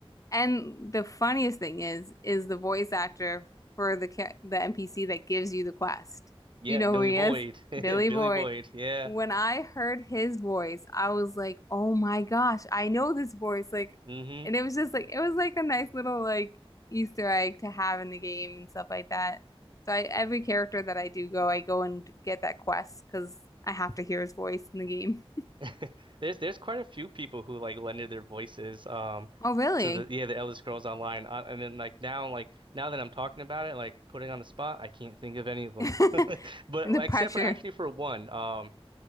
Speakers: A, on the left; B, on the right.
A: And the funniest thing is, is the voice actor for the ca- the NPC that gives you the quest.
B: Yeah,
A: Do you know
B: Billy
A: who he
B: Boyd.
A: is?
B: <laughs> Billy
A: Billy Boyd.
B: Boyd. Yeah.
A: When I heard his voice, I was like, "Oh my gosh, I know this voice!" Like,
B: hmm
A: and it was just like it was like a nice little like Easter egg to have in the game and stuff like that. So I, every character that I do go, I go and get that quest because I have to hear his voice in the game.
B: <laughs> There's there's quite a few people who like lended their voices um
A: Oh, really?
B: to the yeah the Elder Scrolls Online uh, and then like now like now that I'm talking about it like putting on the spot I can't think of any of them
A: <laughs>
B: <laughs> but
A: And the pressure.
B: except for actually for one um